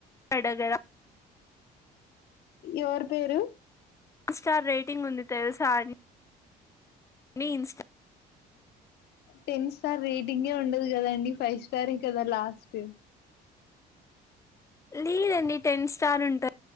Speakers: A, on the left; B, on the left.
A: అడగడా
B: ఎవరి పేరు
A: స్టార్ రేటింగ్ ఉంది తెలుసా అం నీ ఇన్స్టా
B: టెన్ స్టార్ రేటింగే ఉండదు కదండి ఫైవ్ స్టారే కదా లాస్ట్
A: లేదండి టెన్ స్టార్ ఉంట